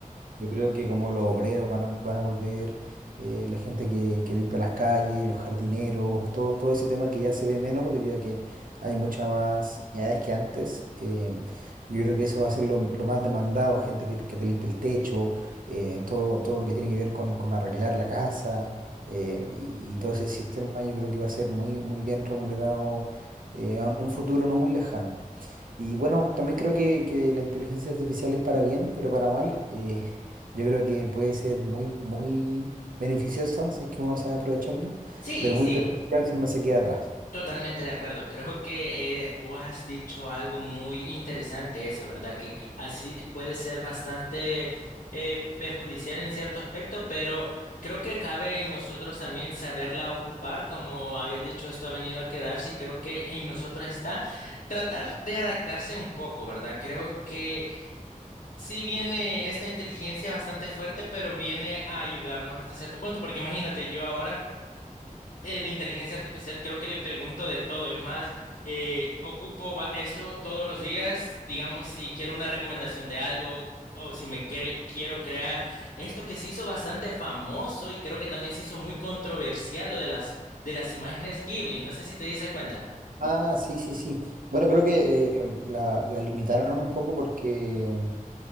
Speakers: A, on the right; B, on the left.
A: Yo creo que como los obreros van a, van a volver, eh, la gente que, que limpia las calles, los jardineros, todo, todo ese tema que ya se ve menos debido a que hay muchas más unidades que antes. em, yo creo que eso va a ser lo, lo más demandado, gente que, te que te limpie el techo, eh, todo, todo lo que tiene que ver con, con arreglar la casa, em, y, y todo ese sistema yo creo que va a ser muy, muy bien remunerado, eh, en un futuro no muy lejano. Y bueno, también creo que, que la inteligencia artificial es para bien, pero para mal. Eh, <laughs> yo creo que puede ser muy, muy beneficiosa si es que uno sabe aprovecharla,
B: Sí,
A: pero
B: sí.
A: muy perjudicial si uno se queda atrás.
B: Totalmente de acuerdo. Creo que eh, vos has dicho algo muy interesante eso, ¿verdad? Que, que así puede ser bastante eh, perjudicial en cierto aspecto, pero creo que cabe en nosotros también saberla ocupar. Como habías dicho, esto ha venido a quedarse y creo que en nosotros está tratar de adaptarse un poco, ¿verdad? Creo que sí viene esta inteligencia bastante fuerte, pero viene a ayudarnos hasta cierto punto, porque imagínate yo ahora eh, la inteligencia artificial creo que le pregunto de todo. Es más, eh, ocupo va- esto todos los días, digamos, si quiero una recomendación de algo o si me cre- quiero crear esto que se hizo bastante famoso y creo que también se hizo muy controversial lo de las, de las imágenes Ghibli. No sé si te dices cuenta.
A: Ah, sí, sí, sí. Bueno, creo que eh, la, la limitaron un poco porque